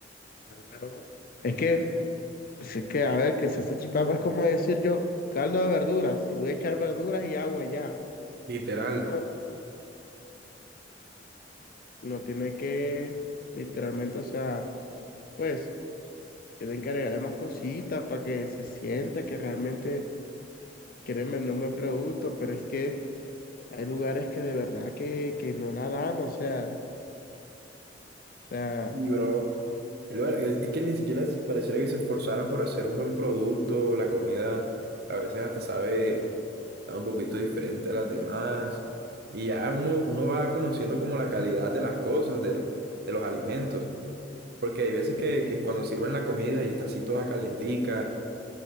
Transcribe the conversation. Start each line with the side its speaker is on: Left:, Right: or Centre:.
Left: Claro. Es que. Así que, a ver, que se salsa chipapa es como decir yo, caldo de verduras, y voy a echar verduras y agua y ya.
Right: literal.
Left: Pues no, no tiene que, literalmente, o sea, pues, tienen que agregarle más cositas para que se sienta que realmente quieren vender un buen producto, pero es que hay lugares que de verdad que, que no la dan, o sea, o sea,
Right: Y bro, en lugar- es, es que ni siquiera se- pareciera que se esforzaran por hacer un buen producto. La comida a veces hasta sabe, sabe un poquito diferente a las demás. Y ya uno, uno va conociendo como la calidad de las cosas, del, de los alimentos. Porque hay veces
Left: sí,
Right: que, que cuando sirven la comida y está así toda calientica.